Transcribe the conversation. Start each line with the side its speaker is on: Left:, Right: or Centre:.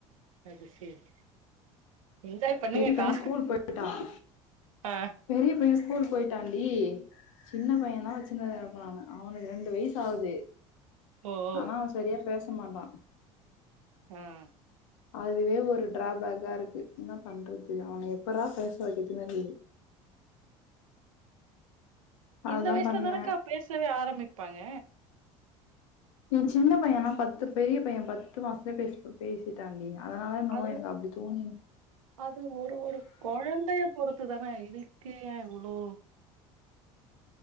Right: அது சேரி என்ஜாய் பண்ணுங்கக்கா
Left: பெரிய பையன் ஸ்கூல் போயிட்டான்
Right: ஆ
Left: பெரிய பைய ஸ்கூல் போயிட்டாண்டி சின்ன பையதா வச்சுனு இருக்க இப்ப நானு அவனுக்கு ரெண்டு வயசு ஆவுது
Right: ஓ ஓ
Left: ஆனா அவ செரியா பேச மாட்டா
Right: ம்
Left: அதுவே ஒரு ட்ராபேக்கா இருக்கு என்ன பண்றது அவன எப்பரா பேச வைக்கத்துனு இருக்குது அதுதான்
Right: இந்த வயசுல
Left: பண்ணேன்
Right: தானக்கா பேசவே ஆரம்மிப்பாங்க
Left: நீ சின்ன பையனா பத்து பெரிய பைய பத்து மாசத்துலயே பேச பேசிட்டாண்டி அதனால என்னவோ
Right: அது
Left: எனக்கு அப்டி தோணுது
Right: அது ஒரு ஒரு கொழந்தைய பொறுத்து தான இதுக்கு ஏ இவ்ளோ